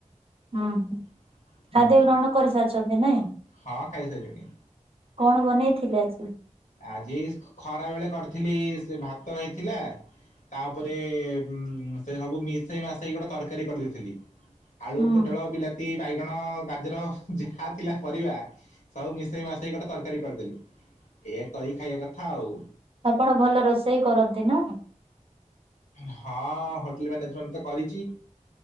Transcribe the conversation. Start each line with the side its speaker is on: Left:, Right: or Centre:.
Right: ହୁଁ
Left: <inaudible> ହୁଁ
Right: ଖାଦ୍ୟ ଗ୍ରହଣ କରିସାରିଛନ୍ତି ନାଇଁ
Left: ହଁ ଖାଇ ସାରିଲଣି।
Right: କଣ ବନେଇଥିଲେ ଆଜି?
Left: ଆଜି ଖରା ବେଳେ କରିଥିଲି ସେ ଭାତ ହେଇଥିଲା ତାପରେ ଉ ସେ ସବୁ ମିଶେଇ ମାସେଇ ଗୋଟେ ତରକାରୀ କରିଦେଇଥିଲି। ଆଳୁ
Right: ହୁଁ
Left: ପୋଟଳ ବିଲାତି ବାଇଗଣ ଗାଜର ଯାହା ଥିଲା ପରିବା ସବୁ ମିଶେଇ ମାସେଇ ଗୋଟେ ତରକାରୀ କରିଦେଲି। ଏଇଆ କରି ଖାଇବା କଥା ଆଉ।
Right: ଆପଣ ଭଲ ରୋଷେଇ କରନ୍ତି ନା?
Left: ହଁ ହୋଟେଲ ମ୍ୟାନେଜମେଣ୍ଟ ତ କରିଛି